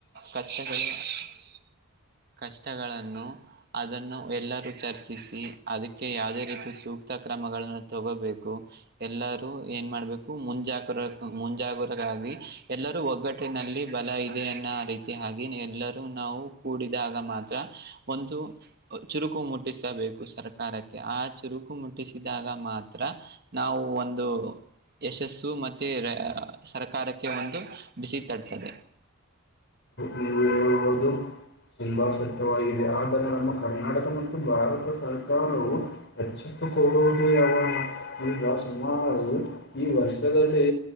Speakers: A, on the right (about 45°); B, on the left (about 55°).
A: ಕಷ್ಟಗಳು. <unintelligible> <inaudible> ಕಷ್ಟಗಳನ್ನು <inaudible> ಅದನ್ನು ಎಲ್ಲರೂ ಚರ್ಚಿಸಿ ಅದಕ್ಕೆ ಯಾವುದೇ ರೀತಿ ಸೂಕ್ತ ಕ್ರಮಗಳನ್ನು <unintelligible> ತೋಗೋಬೇಕು ಎಲ್ಲರೂ ಏನ್ ಮಾಡ್ಬೇಕು ಮುಂಜಾಗ್ರ ಮುಂಜಾಗ್ರತರಾಗಿ <inaudible> ಎಲ್ಲರೂ ಒಗ್ಗಟ್ಟಿನಲ್ಲಿ ಬಲ ಇದೆ ಎನ್ನುವ ರೀತಿ ಹಾಗಿ ಎಲ್ಲರೂ ನಾವು <inaudible> ಕೂಡಿದಾಗ ಮಾತ್ರ ಒಂದು ಚುರುಕು ಮುಟ್ಟಿಸಬೇಕು ಸರ್ಕಾರಕ್ಕೆ. <inaudible> ಆ ಚುರುಕು ಮುಟ್ಟಿಸಿದಾಗ ಮಾತ್ರ ನಾವು ಒಂದು <inaudible> ಯಶಸ್ಸು ಮತ್ತೆ ರೆ ಸರ್ಕಾರಕ್ಕೆ ಒಂದು ಬಿಸಿ ತಡ್ತದೆ. <inaudible>
B: ನೀವೇ ಹೇಳಬೋದು. <inaudible> <unintelligible> ಶಿವ ಸತ್ಯವಾಗಿದೆ ಆದರೆ ನಮ್ಮ ಕರ್ನಾಟಕ ಮತ್ತು ಭಾರತ ಸರ್ಕಾರವು ಹೆಚ್ಚು <inaudible> ಕೊಡುವುದು ಯಾವತ್ತೂ. <inaudible> ಈ ಒಂದ ಈಗ ಸುಮಾರು ಈ ವರ್ಷದಲ್ಲಿ